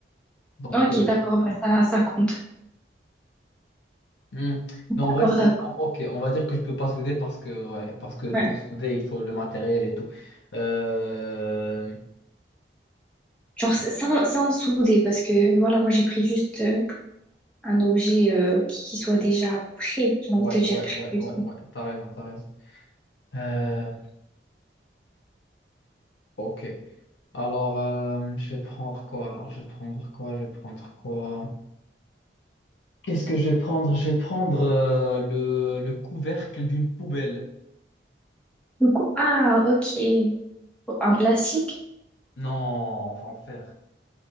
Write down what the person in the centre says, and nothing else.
Ok,
d'accord, bah, ça, ça compte.
D'accord,
d'accord.
Ouais.
Genre, sans, sans souder, parce que voilà, moi, j'ai pris juste. euh, un objet euh, qui soit déjà prêt, j'ai envie
de te dire
prévu.
Donc, ah, ok. Un plastique?